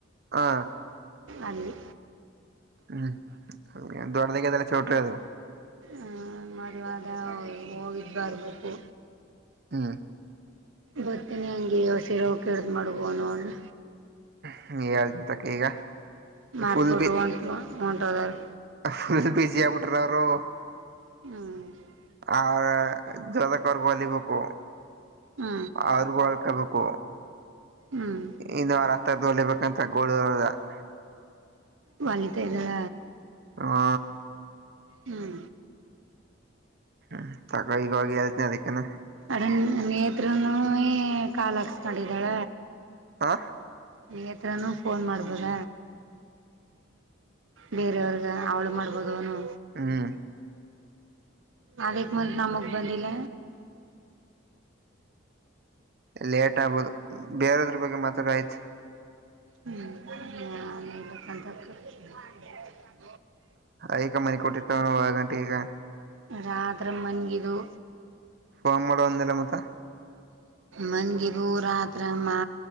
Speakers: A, on the right; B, on the right.
A: ಹಾ
B: ಅಲ್ಲಿ
A: ಹ್ಮ್ ಅ ದೊಡ್ಡದಾಗ ಅದೆಲ್ಲ ಚೌಟ್ರಿ ಅದು
B: ಆ ಮದ್ವೆ ಅದ ಹೋಗಿದ್ದು ಬರ್ಬೇಕು
A: ಹ್ಮ್
B: ಬರ್ತೀನಿ ಹಂಗೆಯ ಸೀರೆ ಉಟ್ಕೋ ಮಾಡು ಹೋಗು ಅನ್ನು ಅವ್ಳ್ನ
A: ಹ್ಮ್ ಏಳ್ತೀ ತಕ ಈಗ
B: ಮರ್ತಿಬಿಟ್ಟು
A: ಫುಲ್ ಬಿ
B: ಹೊಂಟ ಹೊಂಟದರು
A: ಫುಲ್ ಬಿಸಿ ಆಗ್ಬಿಟ್ರ ಅವರು
B: ಹ್ಮ್
A: ಆ <unintelligible> ವಲಿಬೇಕು
B: ಹಾ
A: ಅವ್ರಗ ಒಳ್ಕಬೇಕು
B: ಹ್ಮ್
A: ಇನ್ನು ಅವರ ಅತ್ತೇದು ಹೊಲಬೇಕಂತ <unintelligible>
B: ವಲಿತ ಇದ್ದಳ
A: ಹಾ
B: ಹ್ಮ
A: ಹ್ಮ ತಕ ಈವಾಗ ಹೆಳ್ತನೆ ಅದಕ್ಕೆನ.
B: ಅಡ ನೇತ್ರನುವೆ ಕಾಲ ಹಾಕ್ಸ್ಕೊಂಡಿದ್ದಾಳ.
A: ಹಾ.
B: ನೇತ್ರಾ ನು ಫೋನ್ ಮಾಡ್ಬೋದ ಬೇರವರ್ಗ. ಅವಳು ಮಾಡ್ಬೋದು ಅನು.
A: ಹ್ಮ.
B: ಅದಕ್ ಮತ್ ನಮಗ್ ಬಂದಿಲ್ಲ.
A: ಲೇಟ್ ಆಗಬೌದು ಬೇರೆದ್ರ ಬಗ್ಗೆ ಮಾತಡು ಆಯ್ತು.
B: ಹ್ಮ್. ಅಂತ. <unintelligible>
A: ಐಕ ಮನೆ ಕೊಟ್ಟಿತ್ತು. ಹು <unintelligible> ಈಗ.
B: ರಾತ್ರ ಮನಗಿದು.
A: ಫೋನ್ ಮಾಡು ಅಂದಲ ಮತ್ತ.
B: ಮಂಗಿದು ರಾತ್ರ ಮಾ